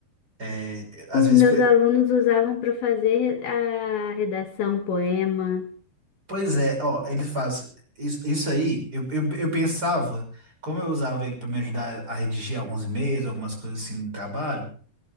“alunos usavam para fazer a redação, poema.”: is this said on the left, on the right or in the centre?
Left